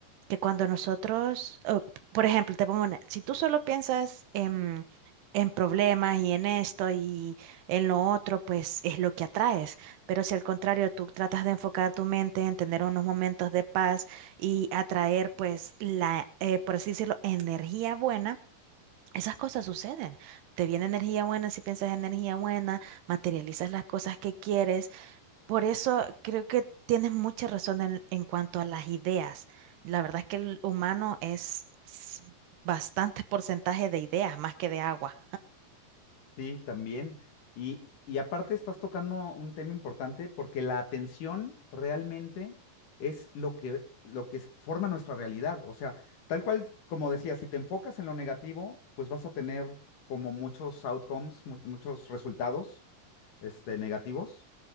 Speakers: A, on the right; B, on the left.
A: que cuando nosotros, o, por ejemplo, te pongo una, si tú solo piensas en, en problemas y en esto y en lo otro, pues es lo que atraes. Pero si al contrario tú tratas de enfocar tu mente en tener unos momentos de paz y atraer, pues, la, eh, por así decirlo, energía buena. Esas cosas suceden. Te viene energía buena si piensas energía buena, materializas las cosas que quieres por eso creo que tienes mucha razón en, en cuanto a las ideas. La verdad es que el humano es s- bastante porcentaje de ideas más que de agua.
B: Sí, también. Y, y aparte estás tocando un tema importante porque la atención realmente es lo que, lo que forma nuestra realidad. O sea, tal cual, como decía, si te enfocas en lo negativo, pues vas a tener como muchos outcomes, mu- muchos resultados, este, negativos.